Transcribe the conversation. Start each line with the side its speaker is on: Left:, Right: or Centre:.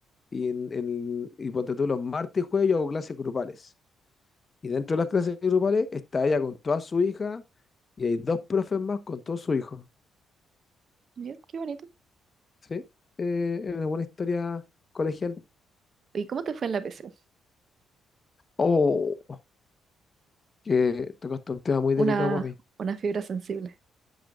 Left: y, en, en- y ponte tú los martes y jueves yo hago clases grupales. Y dentro de las clases grupales está ella con toda su hija y hay dos profes más con todos sus hijos.
Right: mira, qué bonito.
Left: ¿Sí? Eh, es una buena historia colegial.
Right: ¿Y cómo te fue en la PSU?
Left: Oh, que tocaste un tema muy
Right: Una,
Left: delicado para mí.
Right: una fibra sensible.